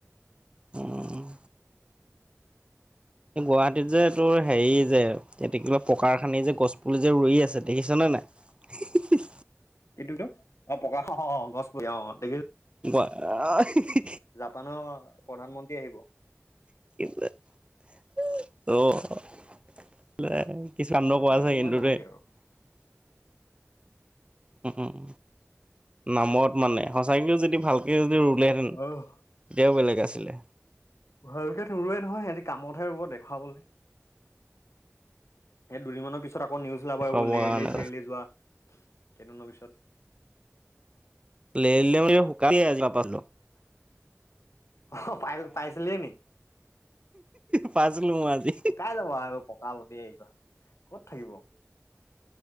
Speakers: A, on the right; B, on the left.
A: উম গুৱাহাটীত যে এই তোৰ হেৰি যে, <unintelligible> পকা খানি যে গছ পুলি যে ৰুই আছে দেখিছনেে নাই?
B: এইটো কি? অ, পকা অ, অ, গছ পুলি অ, দেখিছ
A: <inaudible>
B: জাপানৰ প্ৰধানমন্ত্ৰী আহিব।
A: <unintelligible> অ'। <unintelligible>
B: এইবোৰ আৰু এনেই নৰংগে আৰু
A: হ, হম। নামত মানে, সচাকেওঁ যদি ভালকেওঁ যদি <unintelligible>
B: অ',
A: তেতিয়াও বেলেগ আছিলে।
B: ভালকে <unintelligible> নহয়, সিহঁতি কামত <unintelligible> দেখুৱাবলৈ। এই দুদিনমানৰ পিছত আকৌ নিউজ ওলাব,
A: দেখুৱাব
B: এইবোৰ লেৰলি
A: কাৰণে
B: চেৰলি যোৱা কেইদিনৰ পিছত
A: লে লে ম শুকাম পাল
B: অ পাই পাইছিলে ন
A: পাইছিলো মই আজি
B: কাই যাব আৰু পাব দেবাৰ ক'ত থাকিব